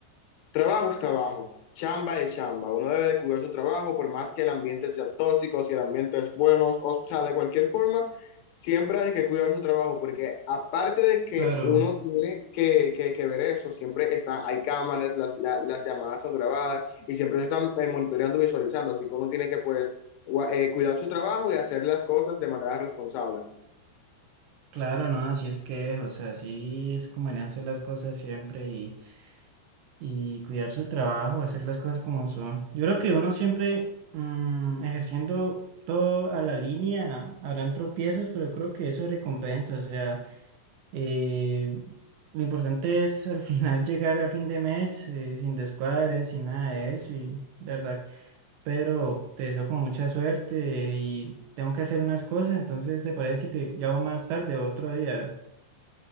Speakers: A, on the left (about 80°); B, on the right (about 75°).
A: Trabajo es trabajo, chamba es chamba. Uno debe de cuidar su trabajo, por más que el ambiente sea tóxico, si el ambiente es bueno, o sea, de cualquier forma, siempre hay que cuidar su trabajo, porque aparte de que
B: Claro,
A: uno tiene que, que- que ver eso, siempre están, hay cámaras, las, la- las llamadas son grabadas y siempre se están eh, monitoreando, visualizando, así que uno tiene que pues gua- eh, cuidar su trabajo y hacer las cosas de manera responsable.
B: claro, no, así es que es, o sea, así es como deberían ser las cosas siempre y, y cuidar su trabajo, hacer las cosas como son. Yo creo que uno siempre mm, ejerciendo todo a la línea, habrán tropiezos, pero yo creo que eso es recompensa, o sea. Eh, lo importante es al final <laughs> llegar a fin de mes eh, sin descuadres, sin nada de eso. Y de verdad, Pedro, te deseo con mucha suerte y tengo que hacer unas cosas. Entonces, ¿te parece si te llamo más tarde, otro día?